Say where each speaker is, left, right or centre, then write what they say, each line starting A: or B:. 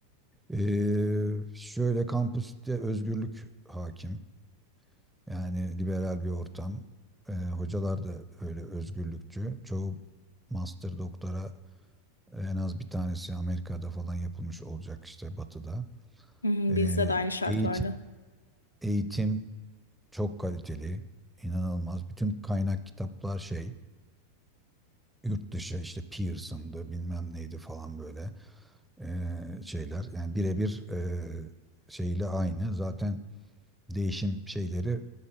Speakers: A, in the centre; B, on the left (about 75°).
A: Ee, şöyle kampüste özgürlük hakim yani liberal bir ortam. Ee, hocalar da öyle özgürlükçü. Çoğu master doktora e, en az bir tanesi Amerika'da falan yapılmış olacak işte Batı'da.
B: Hı hı,
A: Ee,
B: Bizde de aynı şart
A: eğitim,
B: vardı.
A: eğitim çok kaliteli, inanılmaz. Bütün kaynak kitaplar şey, yurt dışı işte Pearson'dı bilmem neydi falan böyle ee, şeyler. Yani birebir ee, şeyle aynı. Zaten değişim şeyleri